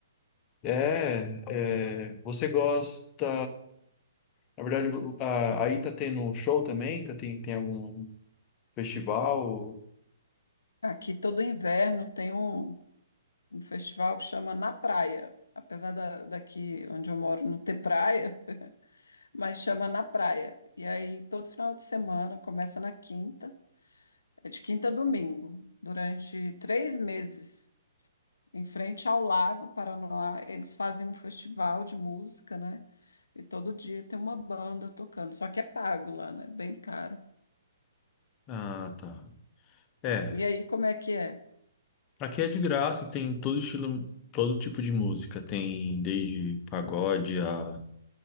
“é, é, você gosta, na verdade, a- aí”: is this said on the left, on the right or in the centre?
Left